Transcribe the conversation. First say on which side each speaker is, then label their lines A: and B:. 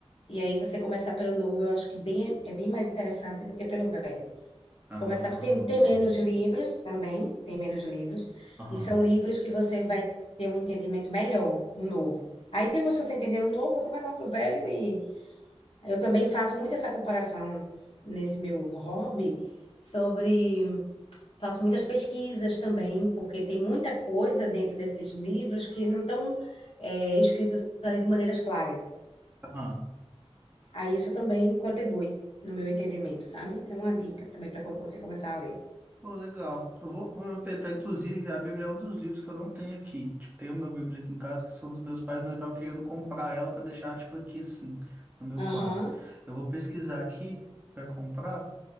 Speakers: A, on the left (about 60°); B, on the right (about 15°).
A: E aí você começar pelo novo, eu acho que bem, é bem mais interessante do que pelo velho.
B: Ah,
A: Começar por tem, tem menos livros também, tem menos livros,
B: Aham.
A: e são livros que você vai ter um entendimento melhor no novo. Aí depois que você entender o novo, você vai lá pro velho e eu também faço muito essa comparação nesse meu hobby sobre faço muitas pesquisas também, porque tem muita coisa dentro desses livros que não estão é, escritos ali de maneiras claras.
B: Aham.
A: Aí isso também contribui, no meu entendimento, sabe? É uma dica também para quando você começar a ler.
B: Pô, legal. Eu vou, vou tentar, inclusive, a Bíblia é um dos livros que eu não tenho aqui. Tipo, tem uma Bíblia aqui em casa que são dos meus pais, mas eu tava querendo comprar ela pra deixar, tipo, aqui assim, no meu
A: Aham,
B: quarto. Eu vou pesquisar aqui pra comprar